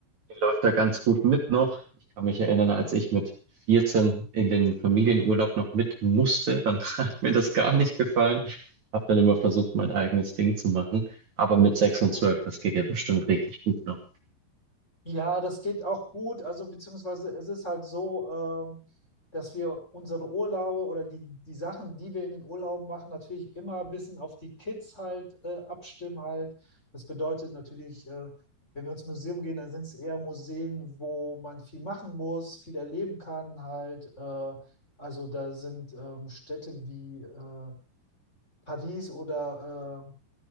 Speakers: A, on the right; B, on the left.
A: die läuft da ganz gut mit noch. Ich kann mich erinnern, als ich mit 14 in den Familienurlaub noch mit musste, dann <laughs> hat mir das gar nicht gefallen. Habe dann immer versucht, mein eigenes Ding zu machen. Aber mit 6 und 12, das geht ja bestimmt richtig gut noch.
B: Ja, das geht auch gut. Also beziehungsweise es ist halt so, ähm, dass wir unsere Urlaube oder die, die Sachen, die wir in den Urlauben machen, natürlich immer ein bisschen auf die Kids halt äh, abstimmen halt. Das bedeutet natürlich, äh, wenn wir ins Museum gehen, dann sind es eher Museen, wo man viel machen muss, viel erleben kann halt. Äh, also da sind ähm, Städte wie äh, Paris oder äh,